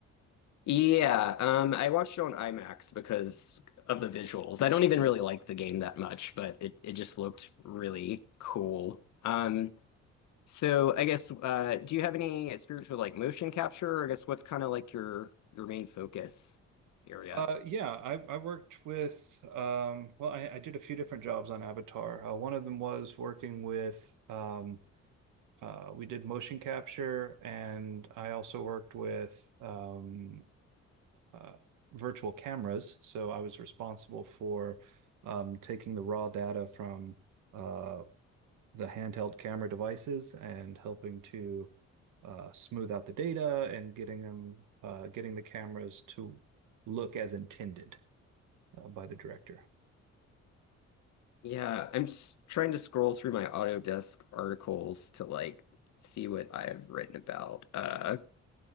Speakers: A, on the left (about 70°); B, on the right (about 85°).
A: yeah, Um, I watched it on IMAX because of the visuals. I don't even really like the game that much, but it, it just looked really cool. Um, so I guess uh, do you have any experience with like motion capture? Or I guess what's kind of like your your main focus area?
B: Uh, yeah, I, I worked with um, well, I, I did a few different jobs on Avatar. Uh, one of them was working with um, uh, we did motion capture, and I also worked with um, uh, virtual cameras. So I was responsible for um, taking the raw data from uh, the handheld camera devices and helping to uh, smooth out the data and getting them uh, getting the cameras to look as intended uh, by the director.
A: Yeah, I'm just trying to scroll through my Autodesk articles to like see what I've written about. Uh,